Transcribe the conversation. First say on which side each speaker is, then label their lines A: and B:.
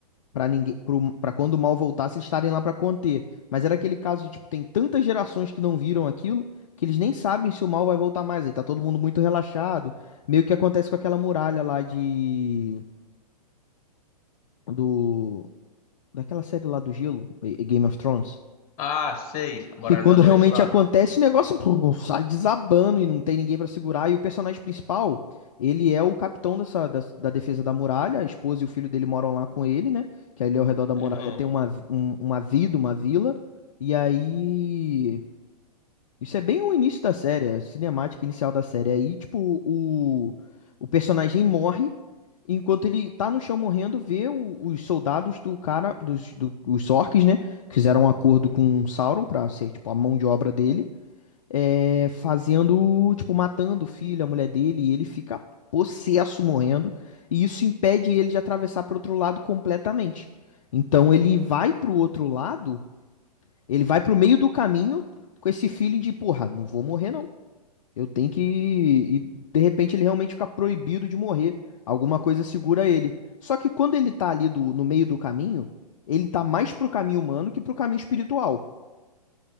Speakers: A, on the left (about 55°); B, on the left (about 35°).
A: para ninguém, para quando o mal voltasse eles estarem lá para conter. Mas era aquele caso de tipo tem tantas gerações que não viram aquilo que eles nem sabem se o mal vai voltar mais. Aí tá todo mundo muito relaxado, meio que acontece com aquela muralha lá de do daquela série lá do gelo, e- e Game of Thrones.
B: Ah, sei. A Muralha
A: E quando
B: da Noite
A: realmente
B: lá.
A: acontece, o negócio pô, sai desabando e não tem ninguém pra segurar. E o personagem principal, ele é o capitão dessa, da, da defesa da muralha. A esposa e o filho dele moram lá com ele, né? Que ali ao redor da muralha
B: Aham.
A: tem uma, um- uma vida, uma vila. E aí isso é bem o início da série, a cinemática inicial da série. Aí, tipo, o, o personagem morre, enquanto ele tá no chão morrendo, vê o- os soldados do cara, dos do, os orcs, né? Que fizeram um acordo com o Sauron pra ser, tipo, a mão de obra dele, é, fazendo, tipo, matando o filho, a mulher dele, e ele fica possesso morrendo, e isso impede ele de atravessar pro outro lado completamente. Então ele vai pro outro lado ele vai pro meio do caminho com esse feeling de, porra, não vou morrer não. Eu tenho que. E de repente ele realmente fica proibido de morrer. Alguma coisa segura ele. Só que quando ele tá ali do, no meio do caminho, ele tá mais pro caminho humano que pro caminho espiritual.